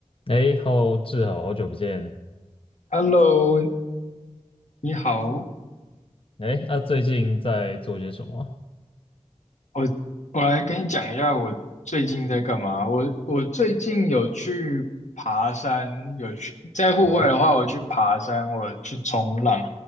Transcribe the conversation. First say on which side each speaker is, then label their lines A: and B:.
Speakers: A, on the left; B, on the left.
A: 哎，Hello，志豪，好久不见。
B: Hello，你好，
A: 哎，啊，最近在做些什么？
B: 我我来跟你讲一下我最近在干嘛。我我最近有去爬山，有去在户外的话，
A: 哦
B: 我去爬山，我去冲浪，